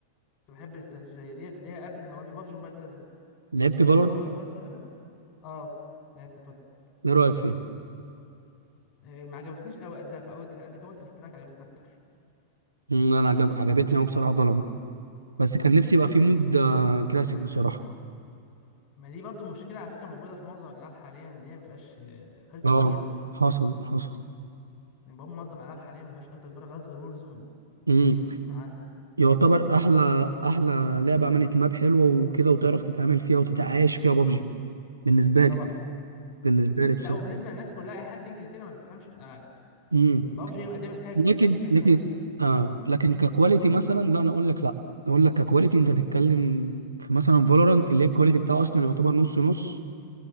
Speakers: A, on the left; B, on the right.
A: كنت بحب الاستراتيجيه ديت اللي هي قبل ما بابجي موبايل تظهر
B: لعبت فالورانت
A: اول ما بابجي موبايل ظهرت اه لعبت فالورانت
B: ايه رايك فيها
A: آه، ما عجبتنيش قوي قد قد قد كاونتر سترايك عجبتني اكتر
B: مم، انا عجب... عجبتني قوي بصراحه فالورانت بس كان نفسي يبقى في مود آه، كلاسيك بصراحه
A: ما دي برضو مشكله على فكره موجوده في معظم الالعاب حاليا اللي هي ما فيهاش آه، خريطه
B: اه
A: كبيره
B: حصل حصل
A: يعني بقى معظم الالعاب حاليا ما فيهاش خريطه كبيره خالص غير وور زون
B: امم
A: لو تسمع عنها
B: يعتبر احلى احلى لعبه عملت ماب حلوه وكده وتعرف تتعامل فيها وتتعايش فيها بابجي بالنسبه
A: طبعا
B: لي بالنسبه لي بصراحه
A: لا وبالنسبه للناس كلها اي حد ينكر كده ما بيفهمش في الالعاب
B: امم
A: بابجي قدمت حاجه
B: لكن
A: جديده عشان كده
B: لكن
A: اتشهرت
B: اه لكن ككواليتي مثلا لا انا اقول لك لا اقول لك ككواليتي انت تتكلم في مثلا فالورانت اللي هي الكواليتي بتاعها اصلا يعتبر نص نص